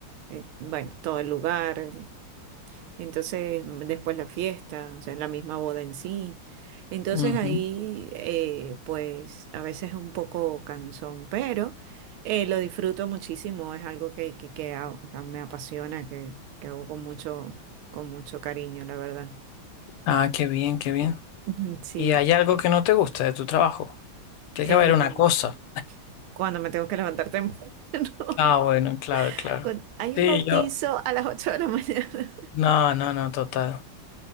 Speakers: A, on the right; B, on the left.
A: eh, bueno, todo el lugar. Entonces, mm, después la fiesta, o sea, la misma boda en sí. Entonces
B: Ujú.
A: ahí, eh, pues a veces es un poco cansón, pero eh, lo disfruto muchísimo, es algo que, que, que ha- que me apasiona, que, que hago con mucho, con mucho cariño, la verdad.
B: Ah, qué bien, qué bien.
A: <laughs> Ujú, Sí,
B: ¿Y hay algo que no te gusta de tu trabajo? Tiene
A: eh,
B: que haber una cosa.
A: cuando me tengo que levantar temprano, <laughs>
B: Ah, bueno, claro, claro.
A: cuando hay
B: Sí,
A: un bautizo
B: yo.
A: a las 8 de la <laughs> mañana.
B: No, no, no, total.